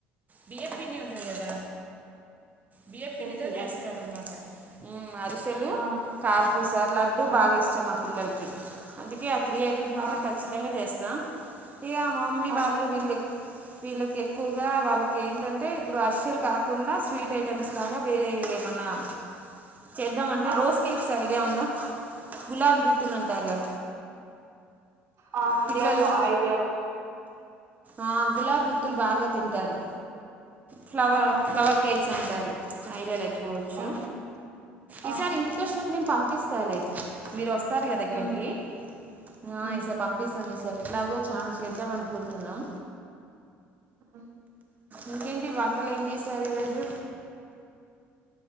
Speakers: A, on the right; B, on the right.
A: బియ్యపిండి ఉంటది కద్రా బియ్యపిండితో
B: తెలుసులే
A: చేస్తారనమాట.
B: అరిసెలు
A: మ అరిసెలు
B: ఆ
A: కార్పూస లడ్డు
B: ఆ
A: బాగా ఇష్టం మా పిల్లలకి అందుకే. త్రీ ఐటమ్స్ మాత్రం
B: ఆ
A: ఖచ్చితంగా చేస్తా ఇగ మా మమ్మీ
B: ఆ
A: వాళ్ళు వీళ్ళ. వీళ్ళకి ఎక్కువగా వాళ్ళకి ఏంటంటే ఇప్పుడు అర్షెలు కాకుండా స్వీట్ ఐటెమ్స్ లాగా వేరే. ఎమన్నా చేద్దాం అంటే
B: ఆ
A: రోస్ కేక్స్ ఐడియా ఉంద గులాబీ గుత్తులు అంటారుగా.
B: హాడ్లియా
A: పిల్లలు
B: ఐడియ లేదు.
A: ఆ గులాబ్ గుత్తులు బాగా తింటారు. ఫ్లవర్
B: ఆ
A: ఫ్లవర్ కేక్స్ అంటారు ఐడియా ఎక్ వచ్చు
B: ఆహా
A: ఈసారి
B: ఆ
A: ఇంటి కచ్చనప్పుడు నేను పంపిస్తాలే మీరు వస్త ారు కదా ఇక్కడికి
B: ఉమ్
A: హ
B: ఉమ్
A: ఈసారి సారి ఎట్లాగో చాలా చేద్దాం అనికుంటునం
B: ఆ
A: ఇంకేంటి వంటలు ఏం చేశారు ఈరోజు